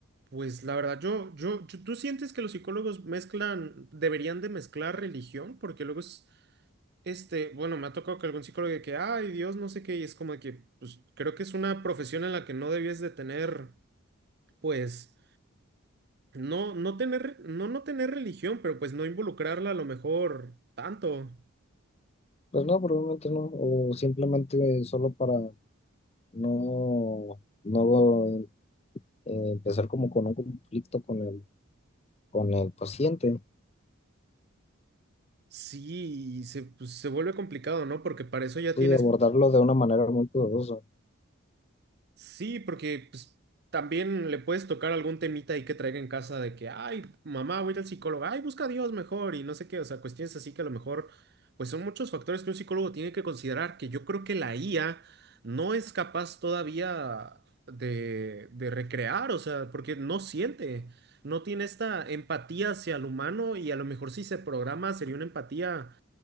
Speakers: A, on the right (about 50°); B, on the left (about 30°).
A: pues la verdad, yo, yo, yo- ¿tú sientes que los psicólogos mezclan, deberían de mezclar religión? Porque luego es, este, bueno, me ha tocado que algún psicólogo de que, ay, Dios, no sé qué, y es como de que, pues creo que es una profesión en la que no debías de tener, pues, no, no tener, no, no tener religión, pero pues no involucrarla a lo mejor tanto.
B: Pues no, probablemente no, o simplemente solo para no, no eh, empezar como con un conflicto con el, con el paciente,
A: Sí, y se, pues, se vuelve complicado, ¿no? Porque para eso ya
B: sí,
A: tienes
B: abordarlo de una manera muy cuidadosa.
A: Sí, porque pues, también le puedes tocar algún temita ahí que traiga en casa de que, ay, mamá, voy a ir al psicólogo, ay, busca a Dios mejor y no sé qué, o sea, cuestiones así que a lo mejor, pues son muchos factores que un psicólogo tiene que considerar, que yo creo que la IA no es capaz todavía de, de recrear, o sea, porque no siente, no tiene esta empatía hacia el humano y a lo mejor si se programa sería una empatía,